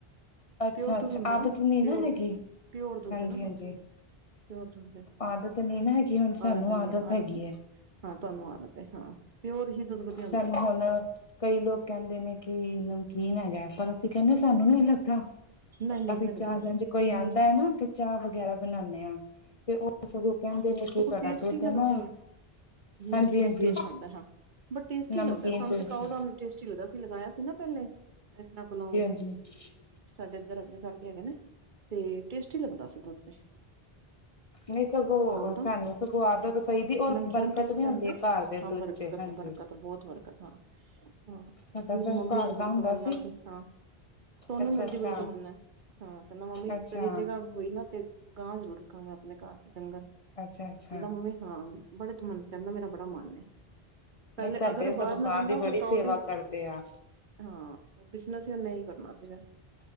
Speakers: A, on the left; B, on the right.
A: ਅੱਛਾ
B: ਪਿਓਰ ਦੁੱਧ
A: ਅੱਛਾ
B: ਹੁੰਦਾ
A: ਆਦਤ
B: ਨਾ,
A: ਨੀ
B: ਪਿਓਰ,
A: ਹੈਗੀ
B: ਪਿਓਰ ਦੁੱਧ
A: ਹਾਂਜੀ
B: ਨਾ
A: ਹਾਂਜੀ
B: ਪਿਓਰ। ਪਿੳਰ ਦੁੱਧ ਹੈ
A: ਆਦਤ ਨੀ ਨਾ ਹੈਗੀ ਹੁਣ ਸਾਨੂੰ
B: ਆਰਤ ਨੀ
A: ਆਦਤ
B: ਆਰਤ
A: ਹੈਗੀ ਹੈ
B: ਹਾਂ ਤੁਹਾਨੂੰ ਆਦਤ ਹੈ। ਹਾਂ ਪਿਓਰ ਹੀ ਦੁੱਧ ਵਧੀਆ ਹੁੰਦਾ
A: ਸਾਨੂੰ ਹੈ ਨਾ ਕਈ ਲੋਕ ਕਹਿੰਦੇ ਨੇ ਕਿ ਨਮਕੀਨ ਹੈਗਾ। ਪਰ ਅਸੀਂ ਕਹਿੰਦੇ ਸਾਨੂੰ ਨੀ ਲੱਗਦਾ।
B: ਨਹੀਂ ਨਹੀਂ
A: ਅਸੀਂ
B: ਲੱਗਦਾ
A: ਚਾਹ
B: ਨੀ
A: ਜਿੰਜ ਕੋਈ
B: ਨਹੀਂ
A: ਆਉਂਦਾ ਹੈਨਾ ਤੇ ਚਾਹ ਵਗੈਰਾ ਬਣਾਉਦੇ ਹਾਂ। ਤੇ ਉਹ ਸਗੋਂ ਕਹਿੰਦੇ ਨੇ
B: ਸਗੋਂ
A: ਕਿ ਤੁਹਾਡਾ
B: ਟੇਸਟੀ
A: ਦੁਧ
B: ਲੱਗਦੀ
A: ਨਾ
B: ਹੈ ਨਮਕੀਨ
A: ਹਾਂਜੀ ਹਾਂਜੀ
B: ਟੇਸਟ ਆਂਦਾ ਹਾਂ। ਬਸ ਟੇਸਟੀ
A: ਨਮਕੀਨ
B: ਲੱਗਦਾ ਸਾਨੂੰ
A: ਟੇਸਟ
B: ਤੇ ਕਾਓ ਦਾ ਟੇਸਟੀ ਲੱਗਦਾ ਅਸੀਂ ਲਗਾਇਆ ਸੀ ਨਾ ਪਹਿਲੇ ਇਹਨਾਂ ਕੋਲੋਂ।
A: <unintelligible>
B: ਸਾਡੇ ਇੱਧਰ ਅੱਗੇ ਕਰਕੇ ਹੈਗੇ ਨੇ ਤੇ ਟੇਸਟੀ ਲੱਗਦਾ ਸੀਗਾ ਦੁੱਧ ਤੇ।
A: ਨਹੀਂ ਸਗੋਂ
B: ਕਾਓ ਦਾ
A: ਸਾਨੂੰ ਸਗੋਂ ਆਦਤ ਪਈਦੀ ਔਰ
B: ਨਮਕੀਨ
A: ਬਰਕਤ
B: ਟੇਸਟ
A: ਵੀ
B: ਤੇ
A: ਹੁੰਦੀ
B: ਆਉਂਦਾ
A: ਹੈ ਘਰ ਦੇ
B: ਹਾਂ
A: ਦੁੱਧ
B: ਬਰਕਤ
A: ਚ ਹਾਂਜੀ।
B: ਬਰਕਤ ਬਹੁਤ ਫਰਕਤ ਹਾਂ, ਹਾਂ
A: ਸਾਡਾ
B: ਮੇਰੀ
A: ਸਗੋਂ
B: ਮੰਮੀ
A: ਘਰ
B: ਦਾ ਬੜੀ
A: ਹੁੰਦਾ
B: ਤਮੰਨਾ ਸੀ ਹਾਂ ਸੋਨੂੰ
A: ਅੱਛਾ
B: ਮੇਰੇ
A: ਅੱਛਾ
B: ਦੀ ਬੜੀ ਤਮੰਨਾ ਹੈ ਹਾ ਕਹਿੰਦਾ ਮੰਮੀ
A: ਅੱਛਾ,
B: ਕਦੀ ਜਗਾ ਹੋਈ ਨਾ ਤੇ, ਗਾਂ ਜ਼ਰੂਰ ਰੱਖਾਂਗੇ ਆਪਣੇ ਘਰ ਤੇ ਡੰਗਰ।
A: ਅੱਛਾ ਅਛਾ।
B: ਕਹਿੰਦਾ ਮੰਮੀ ਹਾਂ ਬੜੇ ਤਮਨ ਕਹਿੰਦਾ ਮੇਰਾ ਬੜਾ ਮਨ ਹੈ। ਪਹਿਲੇ
A: ਨਹੀਂ ਸਾਡੇ
B: ਅਗਰ ਉਹ
A: ਸਗੋਂ
B: ਬਾਹਰ ਨਾ
A: ਗਾਂ
B: ਜਾਂਦਾ,
A: ਦੀ
B: ਫਿਰ
A: ਬੜੀ
B: ਕਾਓ
A: ਸੇਵਾ
B: ਵੀ
A: ਕਰਦੇ ਆ।
B: ਹਾਂ, ਉਹ ਬਿਜਨਸ ਹੀ ਉਹ ਨੇ ਹੀ ਕਰਨਾ ਸੀਗਾ।